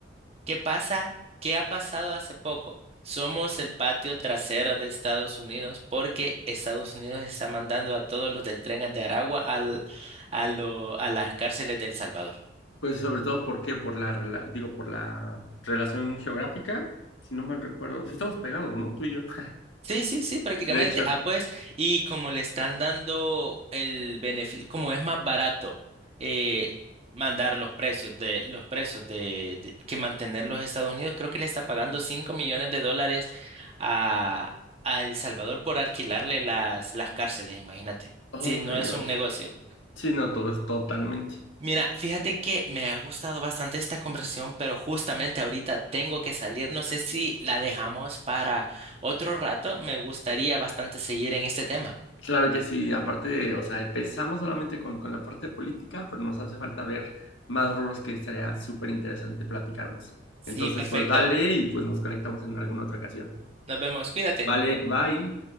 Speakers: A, on the right; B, on the left.
A: ¿Qué pasa? ¿Qué ha pasado hace poco? Somos el patio trasero de Estados Unidos porque Estados Unidos está mandando a todos los del tren de Aragua al, a, lo- a las cárceles del Salvador.
B: Pues sobre todo, ¿por qué? Por la, rela- digo, por la relación geográfica, si no mal recuerdo. Sí estamos pegados, ¿no? Tú y yo. <laughs>
A: Sí, sí, sí, prácticamente.
B: De hecho,
A: Ah, pues, y como le están dando el beneficio, como es más barato eh, mandar los precios de los presos de, de- que mantener los Estados Unidos, creo que le está pagando 5 millones de dólares a, a El Salvador por alquilarle las, las cárceles, imagínate.
B: oh
A: Si
B: my
A: no es
B: gosh.
A: un negocio.
B: Sí, no, todo es totalmente.
A: Mira, fíjate que me ha gustado bastante esta conversación, pero justamente ahorita tengo que salir. No sé si la dejamos para otro rato. Me gustaría bastante seguir en este tema.
B: Claro que sí, aparte, de- o sea, empezamos solamente con, con la parte política, pero nos hace falta ver más rubros que estaría súper interesante platicarnos.
A: Sí,
B: Entonces,
A: perfecto.
B: pues dale y pues nos conectamos en alguna otra ocasión.
A: Nos vemos. Cuídate.
B: Vale, bye.